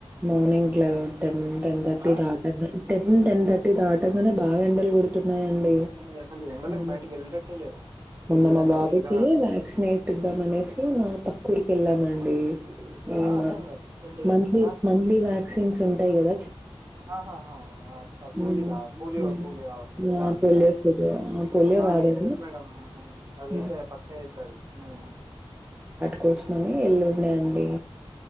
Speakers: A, on the right; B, on the right.
A: మార్నింగ్ల టెన్ టెన్ థర్టీ
B: ఆ
A: దాటగా టెన్ టెన్ థర్టీ దాట. కనె బాగెండల్ గొడుతు ఉన్నాయండి
B: అసలు ఎండలకు
A: ఉం
B: బయటికి వెళ్ళటట్టే లేదు
A: నిన్న
B: ఏదన్నా
A: మా బాబుకి
B: పోయి ఇక
A: వ్యాక్సినేట్ ఇద్దమనేసి నా కుర్క్ ఏళ్లమండి అవునా
B: ఆ అర్థం కాదు ఏంటిది
A: మంత్లీ
B: మాసా
A: మంత్లీ వ్యాక్సిన్ చెం టై గద
B: ఆహాహా అ అచ్చ సూదిలా
A: హ్మ్
B: పోలియో
A: హ్మ్
B: పోలియో అడంటారు కదా అవి
A: పోలియో
B: ఆ.
A: సూది ఆ పోలియో
B: ఆ
A: కాదు
B: అవి ఏపీయాల్
A: గాని
B: మేడం అవి
A: హ్మ్
B: వేపియాలి పక్క ఎపియాలి హమ్.
A: కోస్మని ఎళ్ళుండే అండి